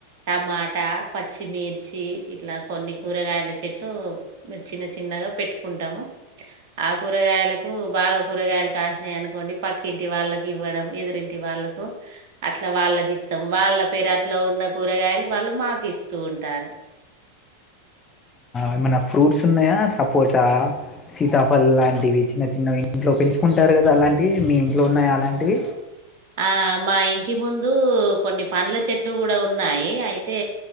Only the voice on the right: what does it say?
టమాటా పచ్చిమిర్చి ఇట్లా కొన్ని కూరగాయల చెట్లు చిన్నగ చిన్నగా పెట్టుకుంటాము ఆ కూరగాయలకు బాగా కూరగాయలు కాసినయినుకోండి వాళ్ళకి ఇవ్వడం ఎదురింటి వాళ్ళకు అట్లా వాళ్ళకి ఇస్తాం వాళ్ళ పెరట్లో అట్లా ఉన్న కూరగాయలు డాడీ వాళ్ళు మాకు ఇస్తూ ఉంటారు
ఆ మా ఇంటి ముందు కొన్ని పండ్ల చెట్లు కూడా ఉన్నాయి అయితే